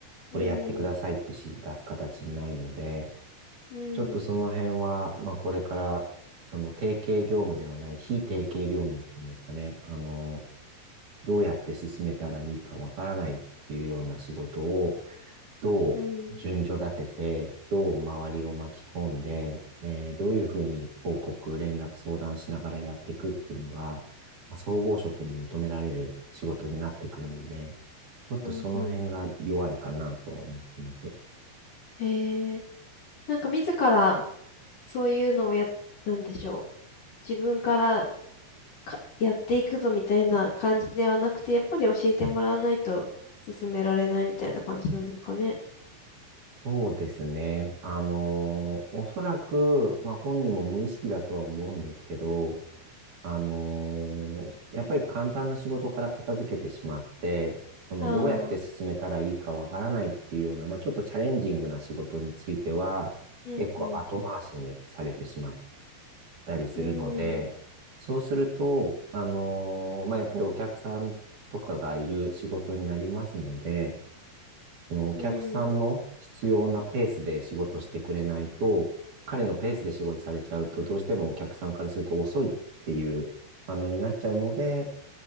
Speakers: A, on the right (about 50°); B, on the left (about 50°).
A: これやってくださいって指示出す形になるので、
B: うん、うん、
A: ちょっとその辺は、まあこれから、その定型業務ではない、非定型業務っていうんですかね、あの、どうやって進めたらいいかわからないっていうような仕事を、どう順序立てて、
B: うん、
A: どう周りを巻き込んで、えーどういうふうに報告、連絡、相談しながらやっていくっていうのが、まあ、総合職に求められる仕事になってくるので、ちょっとその辺が弱いかなとは思ってます。
B: うん、うん。へえ。なんか自らそういうのをや、なんでしょう。自分からかやっていくぞみたいな感じではなくて、やっぱり教えてもらわないと進められないみたいな感じなんですかね。
A: そうですね。あのーおそらく、まあ本人も無意識だとは思うんですけど、あのーやっぱり簡単な仕事から片付けてしまって、そのどうやって進めたらいいかわからないっていうような、
B: ああ、
A: まあ、ちょっとチャレンジングな仕事については、
B: うん、
A: 結構後回しにされてしまっ
B: うん、
A: たりするので、
B: うん。
A: そうすると、あのーまあ、やっぱりお客さんとかがいる仕事になりますので、そのお客さんの必要なペースで仕事してくれないと、
B: うん。
A: 彼のペースで仕事されちゃうと、どうしてもお客さんからすると遅いっていう反応になっちゃうので、